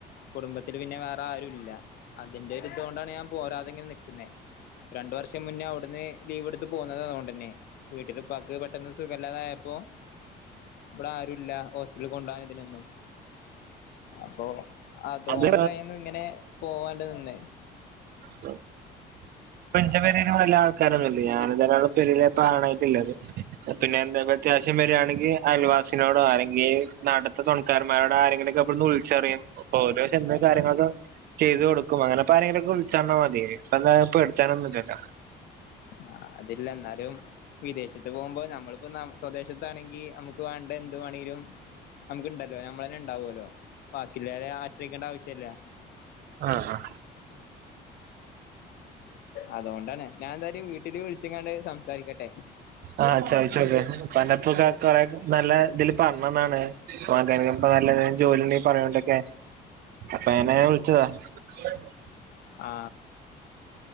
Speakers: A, on the left (about 65°); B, on the right (about 65°).
A: കുടുംബത്തില് പിന്നെ വേറെ ആരു ഇല്ല അതിന്റെ ഒരിതൊണ്ടാണ് ഞാൻ പോരാതെങ്ങനെ നിക്ക്ന്നേ രണ്ടു വർഷം മുന്നേ അവ്ട്ന്ന് ലീവ് ഇട്ത്ത് പോന്നത അതോണ്ട ന്നെ വീട്ടില് പ്പാക്ക് പെട്ടെന്ന് സുഖല്ലാതായപ്പോ ഇവടെ ആരുല്ല ഹോസ് പിറ്റൽ കൊണ്ടോവാ ഇതിനോന്നും അപ്പൊ അതോണ്ടായിര്ന്ന്
B: അത്
A: ഇങ്ങനെ പോവാണ്ട് നിന്നെ
B: ഉ <inaudible> പ്പന്റെ പെരേല് വല്ല്യ ആൾക്കാരൊന്നില്ല ഞാന <unintelligible> പെരേല് പ്പ ആണായിട്ട്ള്ളത് പിന്നെ എന്ത അത്യാവശ്യം വരാണങ്കി അയൽവാസിനോടോ അല്ലെങ്കിൽ നാട്ട്ത്തെ തൊണ ക്കാരമ്മാരോടോ ആരെങ്കിലൊക്കെ ഇബട്ന്ന് വിൾച്ചറിം അപ്പൊ ഓല് ചെന്ന് കാര്യങ്ങളൊക്കെ ചെയ്തു കൊടുക്കും അങ്ങനെപ്പാരെങ്കിലൊക്കെ വിൾചർഞാ മതി <unintelligible> ചറോന്നില്ലല്ലോ
A: ആ അതില്ല എന്നാലും വിദേശത്ത് പോവുമ്പോ നമ്മള്പ്പോ സ്വദേശത്താണെങ്കി നമു ക്ക് വാണ്ട എന്ത് വേണങ്കിലും നമുക്ക്ണ്ടല്ലോ നമ്മള് തന്നെ ഉണ്ടാവോല്ലോ ബാക്കിള്ളോലെ ആശ്രയിക്കേണ്ട ആവശ്യല്ല
B: ആഹ്
A: അതൊണ്ടാണ് ഞാൻ എന്താ ന്റെ വീട്ടില് വിൾച്ങ്ങാണ്ട് സംസാരിക്കട്ടെ
B: ആ ചോയ്ച്ചോക്ക് ഇപ്പ അന്റെ ഇപ്പക്കെ കൊറെ നല്ല ഇതില് പർഞ്ഞന്നാണ് <unintelligible> നല്ല ജോലി ഇണ്ടങ്കി പറയോ <unintelligible> അപ്പ ഞാന് വിൾച്ചതാ ഉ <inaudible>
A: ആ